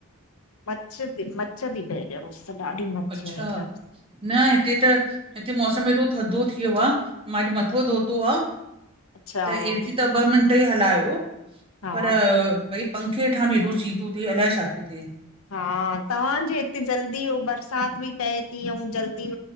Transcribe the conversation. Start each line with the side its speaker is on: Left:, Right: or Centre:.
Left: मच्छ, मच्छ थी मच्छ पई उस ॾाढी मच्छ
Right: अच्छा
Left: हेॾा
Right: न हिते, त हिते मौसम हेॾो थधो थी वियो आहे मां अॼु मथो धोतो आहे
Left: अच्छा
Right: त एसी त ॿ मिंट ई हलायो
Left: हा
Right: पर भई पंखे हेठां बि एॾो सी थो थिए, अलाए छा पियो थिए।
Left: हा, तव्हांजे हिते जल्दी बरसात बि पए थी ऐं जल्दी